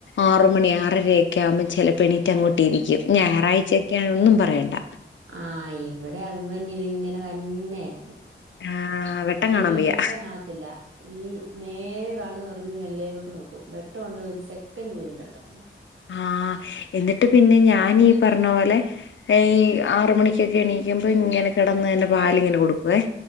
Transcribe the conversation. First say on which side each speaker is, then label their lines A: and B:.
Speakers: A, on the left (about 65°); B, on the right (about 85°).
A: ആർ മണി ആറരയി. ക്കാ വുമ്പോ ചിലപ്പ ണീറ്റങ്ങോട്ടിരിക്കും ഞായറാഴ്ചൊക്കെയാണ് ഒന്നുംപറയണ്ട.
B: ആഹ് ഇവടെ അത്‌ തന്നെ ഇത് ങ്ങനെ തന്നെയിരുന്നു.
A: ആഹ് വെട്ടം
B: വനും
A: കാണാൻ വയ്യ
B: വെട്ടം കാണത്തില്ല ഈ നേർ കണ് ണെ- അത് ജൻലെലേട്ട് നോക്കും വെട്ടണ്ടോ ഒരു സെക്കൻ് പോലും കെടക്കത്തില്ല.
A: ആഹ എന്നിട്ട് പിന്നെ ഞാനീ പറഞ്ഞ പോലെ. എയ് ആർ മണിക്കൊക്കെ എണീക്കുമ്പോ ഇങ്ങനെ കിടന്നന്നെ പാൽങ്ങകൊടുക്കും. വെ